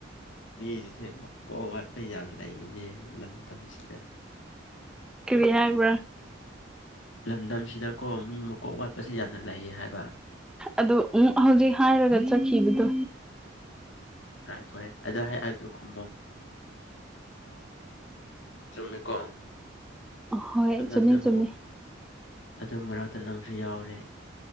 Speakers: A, on the left; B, in the centre.
A: ꯃꯤꯁꯤꯁꯦ ꯃꯀꯣꯛ ꯑꯋꯥꯠꯄ ꯌꯥꯝ ꯂꯩꯅꯦ ꯂꯝꯗꯝꯁꯤꯗ꯫
B: ꯀꯔꯤ ꯍꯥꯏꯕ꯭ꯔꯥ꯫
A: ꯂꯝꯗꯝꯁꯤꯗꯀꯣ ꯃꯤ ꯃꯀꯣꯛ ꯋꯥꯠꯄꯁꯦ ꯌꯥꯝꯅ ꯂꯩꯌꯦ ꯍꯥꯏꯕ꯫
B: ꯑꯗꯨ ꯎꯟ ꯍꯧꯖꯤꯛ ꯍꯥꯏꯔꯒ ꯆꯠꯈꯤꯕꯗꯣ꯫
A: ꯉꯥꯏꯈꯣꯍꯦ ꯑꯗꯨ ꯍꯥꯏ ꯑꯗꯨ ꯈꯨꯝꯃꯣ꯫ ꯆꯨꯝꯃꯤꯀꯣ꯫
B: ꯍꯣꯏ
A: ꯑꯗꯨ ꯅꯥꯪꯁꯨ
B: ꯆꯨꯝꯃꯤ
A: ꯑꯃꯀꯣꯛ
B: ꯆꯨꯝꯃꯤ
A: ꯑꯗꯨ ꯃꯔꯛꯇ ꯅꯪꯁꯨ ꯌꯥꯎꯔꯦ꯫